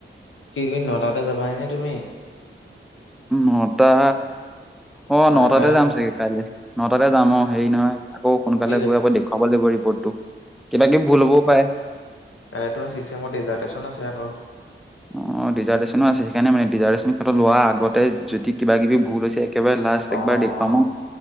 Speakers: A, on the left; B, in the centre.
A: কি তুমি নটাতে যাবা নে তুমি?
B: নটা অঁ,
A: মানে
B: নটাতে
A: কাইলৈ
B: যাম চাগে কাইলে নটাতে যাম অ' হেৰি নহয়, আকৌ সোনকালে
A: কেলে
B: গৈ আকৌ দেখ চাব লাগিব ৰিপৰ্টটো, কিবাকিবি ভুল হ'বও পাৰে।
A: এ তোমাৰ ছিক্সেমৰ ডিজাৰ্টেশ্যন আছে আক।
B: অঁ ডিজাৰ্টেশ্যনো আছে সেইকাৰণে মানে ডিজাৰ্টেশ্যনটো লোৱাৰ আগতে যদি কিবা কিবি ভুল হৈছে একেবাৰে লাষ্ট ত
A: অ
B: একবাৰ দেখুৱাম
A: অ